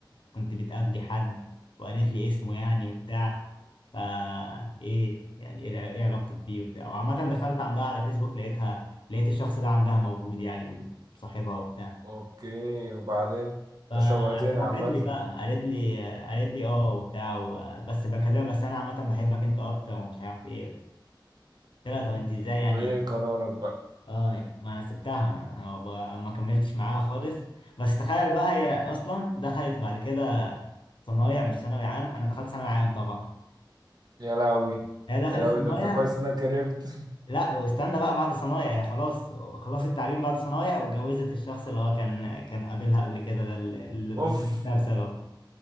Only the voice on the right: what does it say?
اوكي وبعدين انت
شوقتني عامة
وايه قرارك بقى
يا لهوي
يا لهوي
ده انت كويس انك هربت <laughs>
اوف